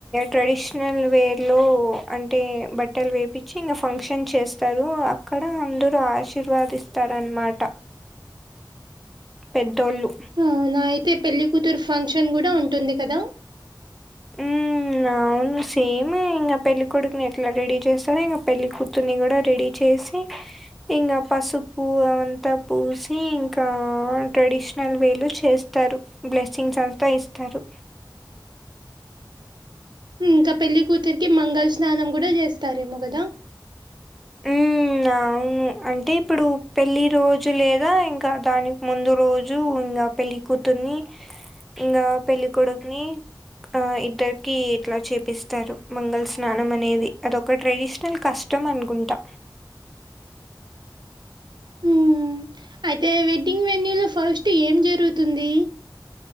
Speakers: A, in the centre; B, on the right.
A: ట్రెడిషనల్ వేలో అంటే బట్టలు వేప్ పించి ఇంగ ఫంక్షన్ చేస్తారు అక్కడ అందరు ఆశీర్వాదిస్తారు అనమాట పెద్దోళ్ళు
B: అవునా అయితే పెళ్ళికూతురు ఫంక్షన్ గుడ ఉంటుంది కదా
A: ఉమ్ ఆ అవును సేమ్ ఇంగ పెళ్ళికొడుకుని ఎట్ల రెడీ చేస్తారో ఇంగ పెళ్ళికుతుర్ని గూడ రెడీ చేసి ఇంగ పసుపు అవంతా పూసి ఇంకా ట్రెడిష్ నల్ వేలో చేస్తారు బ్లెస్సింగ్స్ అంతా ఇస్తారు
B: మ్ ఇంక పెళ్ళికూతురికి మంగళ స్నానం గూడ చేస్తారేమో గదా
A: మ్మ్ అవును అంటే ఇప్పుడు పెళ్ళి రోజు లేదా ఇంకా దానికి ముందు రోజు ఇంగ పెళ్ళి కుతుర్ని ఇంగా పెళ్ళికొడుకుని ఆ ఇద్దరికి ఇట్లా చేపిస్తారు మంగళ స్నానం అనేది అదొక ట్రెడిషనల్ కష్ ష్టం అనుకుంటా
B: ఉ అయితే వెడ్డింగ్ వెన్యూలో ఫస్ట్ ఏం జరుగుతుంది